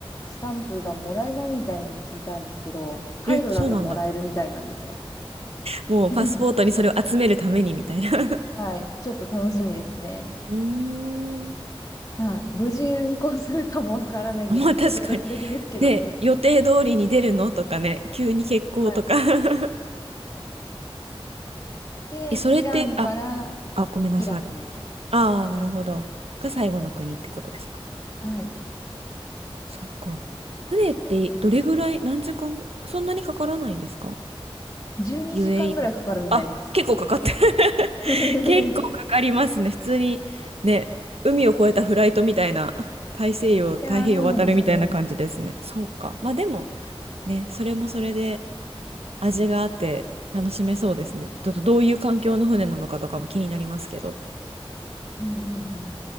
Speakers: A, on the left (about 35°); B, on the right (about 85°).
A: スタンプがもらえないみたいに聞いたんですけど、カイロだともらえるみたいなんですよ。
B: え、そうなんだ。もうパスポートにそれを集めるためにみたいな。
A: <laughs>
B: <laughs>
A: はい。ちょっと楽しみですね。
B: うーん。
A: まあ、無事運行するかもわからないんで、
B: まあ確かに。
A: <laughs> ちょっとドキドキですけどね。
B: ね、予定通りに出るのとかね、急に欠航とか
A: はい。
B: <laughs>
A: で、
B: え、それって、
A: イランから
B: あ、あ、ごめんなさい。
A: イラクに。
B: ああ、なるほど。が最後の国ってことですかね。
A: はい。
B: そうか。船ってどれぐらい、何時間、そんなにかからないんですか
A: 12時間ぐらいかかるみたいです。
B: ?UAE から。あ、結構かかって <laughs>
A: <laughs>
B: 結構かかりますね。普通に、ね、海を越えたフライトみたいな、大西洋、太平洋渡るみたいな感じですね。
A: いやー、そうなんですよね。
B: そうか。まあでも、ね、それもそれで、味があって楽しめそうですね。ちょっとどういう環境の船なのかとかも気になりますけど。
A: うんうんうん。